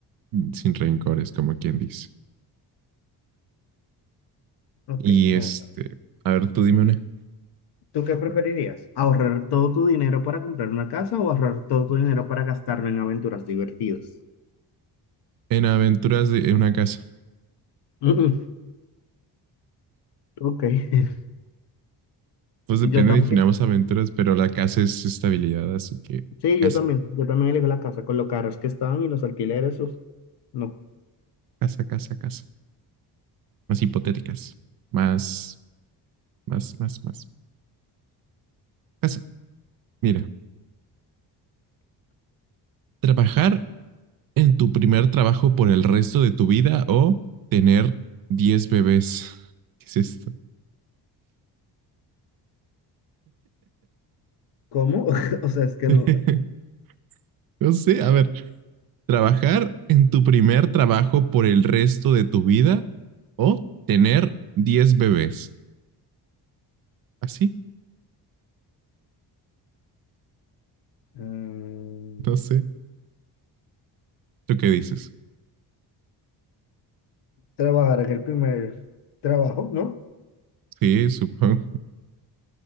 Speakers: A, on the right; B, on the left.
A: sin rencores, como quien dice.
B: Ok,
A: Y
B: no.
A: este, a ver, tú dime una.
B: ¿Tú qué preferirías? ¿Ahorrar todo tu dinero para comprar una casa o ahorrar todo tu dinero para gastarlo en aventuras divertidas?
A: En aventuras de en una casa.
B: Mm, mm, ok. <laughs>
A: Pues depende,
B: Yo también.
A: definamos aventuras, pero la casa es estabilidad, así que
B: Sí,
A: casa,
B: yo también. Yo también elijo la casa con los carros que están y los alquileres. uf, no.
A: casa, casa, casa. Más hipotéticas, más, más, más, más. Casa. Mira, trabajar en tu primer trabajo por el resto de tu vida o tener 10 bebés. <laughs> ¿Qué es esto?
B: ¿Cómo? <laughs> O sea, es que
A: <laughs>
B: no.
A: No sé, a ver, trabajar en tu primer trabajo por el resto de tu vida o tener 10 bebés. Así,
B: mm,
A: no sé. ¿Tú qué dices?
B: trabajar en el primer trabajo, ¿no?
A: Sí, supongo,